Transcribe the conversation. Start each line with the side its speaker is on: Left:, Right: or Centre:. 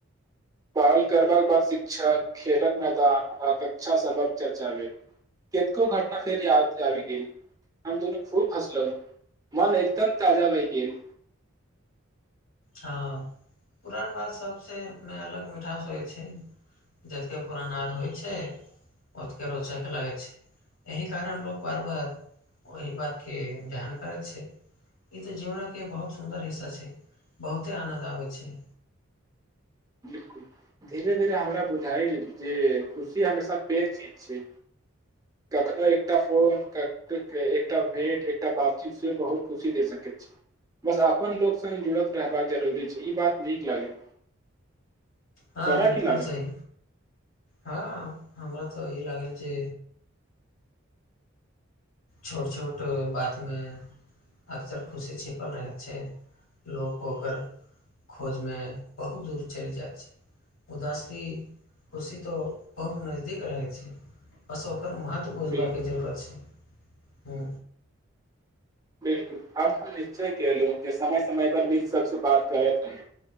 Right: पहल करबाक बाद शिक्षक खेलक मैदान आक्षा सबक चर्चा भेल कितको घटना फेरबी जाबि गेल हम दुनू खूब हसलहु मन एकदम ताजा भहि गेल
Left: हँ पुरान बात सभसँ मे अलग मिठास होइ छै जतके पुरानाद होइ छै ओतके रोचक लागै छै एहि कारण लोक बार बार ओहि बातके ध्यान करैत छै ई तऽ जीवनक के बहुत सुन्दर हिस्सा छै बहुते आनन्द आबैत छै
Right: बिलकुल धीरे धीरे हमरा बुझाइ जे खुशी हमेशा बेघ चीज छै कखनो एकटा फोन एकटा भेंट एकटा बातचीत से बहुत खुशी दे सकैत छी बस अपन लोक संग जुड़त रहबाक जरूरी छै ई बात नीक लागल
Left: हँ
Right: तोरा
Left: बिलकुल
Right: की लागल
Left: सही हँ हमरा तऽ ई लागल जे छोट छोट बातमे अक्सर खुशी छिपल रहैत छै लोक ओकर खोजमे बहुत दूर चलि जाइ छै उदासी खुशी त बहुत नजदीक रहै छै बस ओकर महत्व त बुढबाके
Right: बिल्कुल
Left: जगा छै ह
Right: बिलकुल अब हम निश्चय कलू जे समय समय पर मित्र सबसँ बात करैत रहे